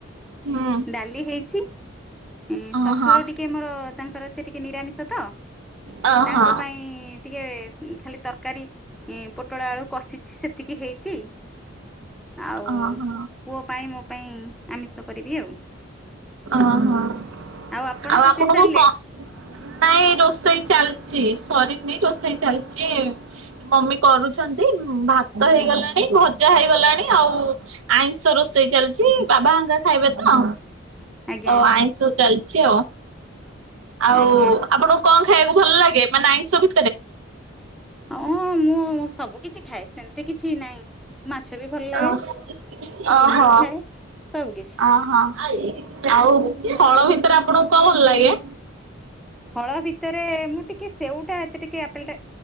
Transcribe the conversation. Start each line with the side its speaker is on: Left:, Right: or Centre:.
Right: ହୁଁ
Centre: ଡାଲି ହେଇଛି। ଉଁ ଶଶୁର
Right: ଓହୋ
Centre: ଟିକେ ମୋର ତାଙ୍କର ସେ ଟିକେ ନିରାମିଷ ତ
Right: ଓହୋ
Centre: ତାଙ୍କ ପାଇଁ ଟିକେ ଖାଲି ତରକାରୀ ପୋଟଳ ଆଳୁ କଷିଛି ସେତିକି ହେଇଛି ଆଉ
Right: ଓହୋ
Centre: ପୁଅ ପାଇଁ ମୁଁ ପାଇଁ ଆମିଷ କରିବି ଆଉ
Right: ଓହୋ ଆଉ
Centre: ଆପଣ ରୋଷେଇ
Right: ଆପଣଙ୍କୁ
Centre: ସାରିଲେଣି
Right: କ ନାଇଁ ରୋଷ ରୋଷେଇ ଚାଲିଛି ସରିନି ରୋଷେଇ ଚାଲିଛି ମମି କରୁଛନ୍ତି ଭାତ ହେଇଗଲାଣି। ଭଜା ହେଇଗଲାଣି ଆଉ ଆଇଁଷ ରୋଷେଇ ଚାଲିଛି ବାବାହଙ୍କା ଖାଇବେ ତ
Centre: ଆଜ୍ଞା
Right: ଓ ଆଇଁଷ ଚାଲଛି ଆଉ ଆଉ
Centre: ଆଜ୍ଞା
Right: ଆପଣଙ୍କୁ କଣ ଖାଇକୁ ଭଲ ଲାଗେ ମାନେ ଆଇଁଷ ଭି
Centre: ହଁ ମୁଁ ସବୁ କିଛି ଖାଏ ସେମିତି କିଛି ନାହିଁ ମାଛ ବି ଭଲ ଲାଗେ
Right: ଓ
Centre: ଚିକେନ
Right: ଓହୋ
Centre: ବି ଖାଏ ସବୁ କିଛି
Right: ଅହୋ ଆଉ ଫଳ ଭି ସାର ଆପଣଙ୍କୁ କଣ ଭଲ ଲାଗେ?
Centre: ଫଳ ଭିତରେ ମୁଁ ଟିକେ ସେଉଟା ଏତେ ଟିକେ ଆପଲ ଟା